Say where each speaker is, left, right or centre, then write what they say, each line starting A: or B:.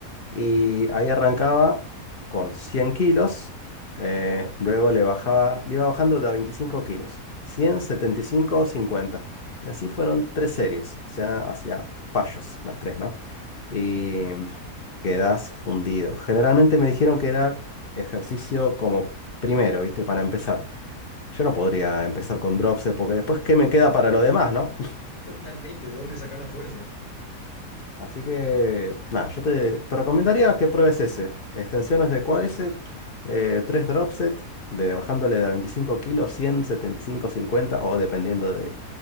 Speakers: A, on the left; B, on the left.
A: Y ahí arrancaba con 100 kilos, eh, luego le bajaba, le iba bajando de a 25 kilos, cien, setenta y cinco, cincuenta Y así fueron tres series, o sea, hacía fallos las tres, ¿no? Y quedas fundido. Generalmente me dijeron que era ejercicio como primero, ¿viste? Para empezar. Yo no podría empezar con dropset porque después, ¿qué me queda para lo demás, no?
B: <laughs> Totalmente, ¿de dónde sacás la fuerza?
A: Así que, nada, yo te, te recomendaría que pruebes ese. Extensiones de cuádriceps, eh, tres drop set de, bajándole de a 25 kilos, cien, setenta y cinco cincuenta o dependiendo de